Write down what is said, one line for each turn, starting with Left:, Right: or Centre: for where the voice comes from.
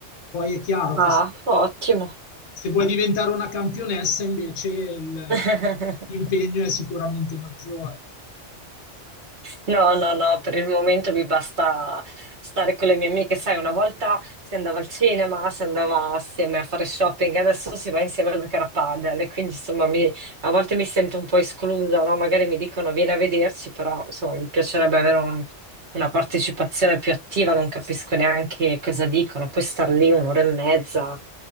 Left: Poi è chiaro
Right: Ah,
Left: che se,
Right: ottimo.
Left: se vuoi diventare una campionessa invece il-
Right: <laughs>
Left: l'impegno è sicuramente maggiore.
Right: No, no, no, per il momento mi basta stare con le mie amiche. Sai, una volta si andava al cinema, si andava assieme a fare shopping, adesso si va insieme a giocare a padel e quindi insomma mi- a volte mi sento un po' esclusa, no? Magari mi dicono vieni a vederci, però insomma mi piacerebbe avere un- una partecipazione più attiva, non capisco neanche cosa dicono, poi star lì un'ora e mezza